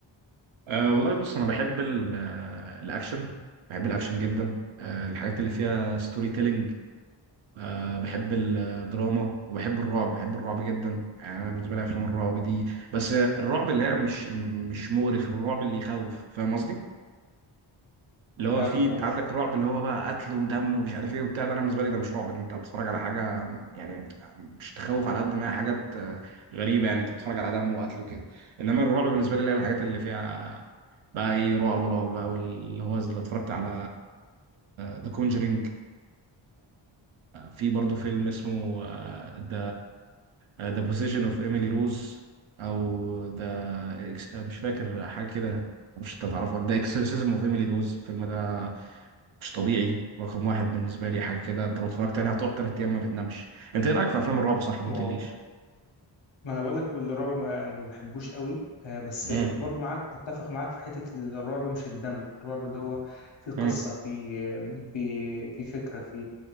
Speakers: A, on the right (about 80°); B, on the left (about 75°).
A: أه والله بص انا بحب ال- آه، الاكشن بحب الاكشن جدا أه الحاجات اللي فيها ستوري تيلينج أه بحب الدراما وبحب الرعب بحب الرعب جدا يعني انا بالنسبه لي افلام الرعب دي بس الرعب اللي هي مش مش مغري في الرعب اللي يخوف فاهم قصدي؟ اللي هو
B: فاهمك
A: فيه انت
B: أه
A: عندك رعب اللي هو بقى قتل ودم ومش عارف ايه وبتاع ده انا بالنسبه لي ده مش رعب انت بتتفرج على حاجه يعني مش تخوف على قد ما هي حاجات آه، غريبه يعني انت بتتفرج على دم وقتل وكده انما الرعب بالنسبه لي اللي هي الحاجات اللي فيها بقى ايه رعب رعب بقى واللي هو زي- لو اتفرجت على ذا كونجرينج في برضه فيلم اسمه ذا ذا بوسيشن اوف ايميلي روز او ذا مش فاكر حاجه كده مش هتعرفه ذا اكسورسيزم اوف ايميلي روز الفيلم ده مش طبيعي رقم واحد بالنسبة لي حاجة كده انت لو اتفرجت عليها هتقعد تلات أيام ما بتنامش انت ايه رأيك في أفلام الرعب صح ما قلتليش
B: واو ما انا بقول لك الرعب ما يعني ما بحبوش قوي آه، بس
A: مم.
B: برضو معاك متفق معاك في حتة الرعب مش الدم الرعب اللي هو في قصة
A: مم.
B: في في في فكرة في